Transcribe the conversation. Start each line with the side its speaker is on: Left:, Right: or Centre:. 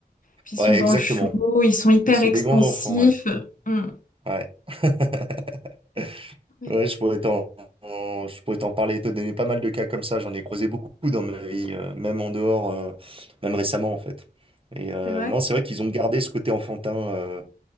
Left: Puis ils
Right: Ouais,
Left: sont dans
Right: exactement.
Left: le show, ils sont hyper
Right: C'est
Left: expansifs.
Right: des grands enfants, ouais.
Left: Mm.
Right: Ouais. <laughs>
Left: Oui,
Right: Ouais, je pourrais t'en, en- je pourrais t'en parler, et te donner pas mal de cas comme ça. J'en ai croisé beaucoup dans ma vie, euh, même en dehors, euh, même récemment, en fait. Et euh,
Left: c'est vrai,
Right: non, c'est vrai qu'ils ont gardé ce côté enfantin euh,